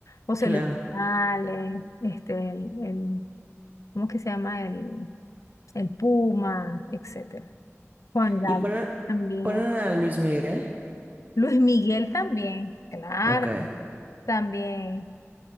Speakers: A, on the left; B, on the right.
A: José
B: claro.
A: Luis Morales, este, el, el- ¿cómo que se llama? El, el Puma, etcétera. Juan Gabriel
B: Y ponen,
A: también.
B: ponen a Luis Miguel.
A: Luis Miguel también, claro,
B: Ok.
A: también.